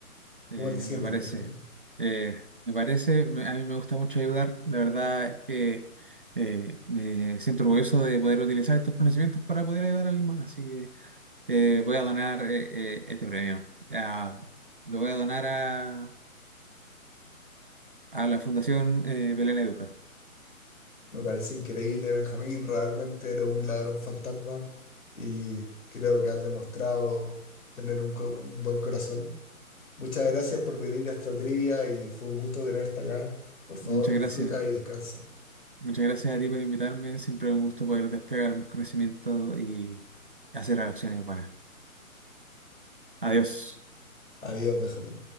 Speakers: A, on the left; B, on the right.
A: ¿Cómo
B: Eh,
A: te sientes,
B: me parece,
A: Benjamín?
B: eh, me parece, me- a mí me gusta mucho ayudar. La verdad es que eh, me siento orgulloso de poder utilizar estos conocimientos para poder ayudar a alguien más. Así que eh, voy a donar eh, eh, este premio. Ah, lo voy a donar a, a la Fundación eh, Belén Educa.
A: Me parece increíble, Benjamín. Realmente eres un ladrón fantasma y creo que has demostrado tener un, co- un buen corazón. Muchas gracias por venir a esta trivia y fue un gusto tenerte acá. Por favor,
B: Muchas
A: disfruta
B: gracias.
A: y descansa.
B: Muchas gracias a ti por invitarme. Siempre es un gusto poder desplegar mis conocimientos y hacer acciones buenas. Adiós.
A: Adiós, Benjamín.